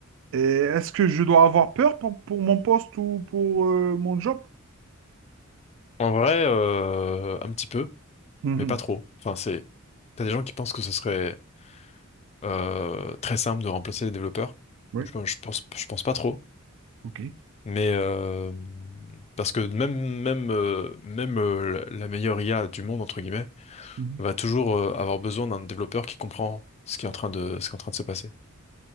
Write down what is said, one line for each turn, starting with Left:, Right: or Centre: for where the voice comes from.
Right: Et est-ce que je dois avoir peur pour, pour mon poste ou pour euh, mon job?
Left: En vrai, euh, un petit peu,
Right: Mhm.
Left: mais pas trop. Enfin, c'est, t'as des gens qui pensent que ce serait euh, très simple de remplacer les développeurs.
Right: Oui,
Left: Je, je pense, je pense pas trop.
Right: ok.
Left: Mais euh, parce que même même euh, même euh, la la meilleure IA du monde entre guillemets
Right: Mhm.
Left: va toujours euh, avoir besoin d'un développeur qui comprend ce qui est en train de ce qui est en train de se passer.